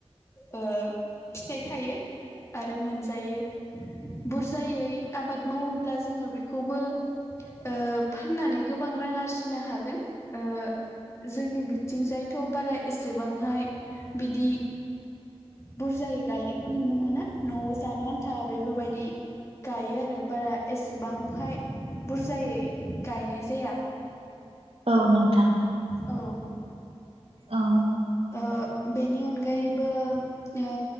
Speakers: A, on the left; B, on the right.
A: ओ फिथाइ थायो आरो मोनजायो। बुरजायै आबाद मावोब्ला जोङो बेखौबो ओ फाननानै ओ गोबां रां आरजिनो हागोन ओ जोंनि बिथिंजायथ' बारा एसेबांहाय बिदि बुरजायै गायनायखौ नुनो मोना न'आव जानो आन्था बेफोरबायदि गायो आरो बारा एसेबांहाय बुरजायै गायनाय जाया।
B: औ नोंथां।
A: औ।
B: औ
A: ओ बेनि अनगायैबो ओ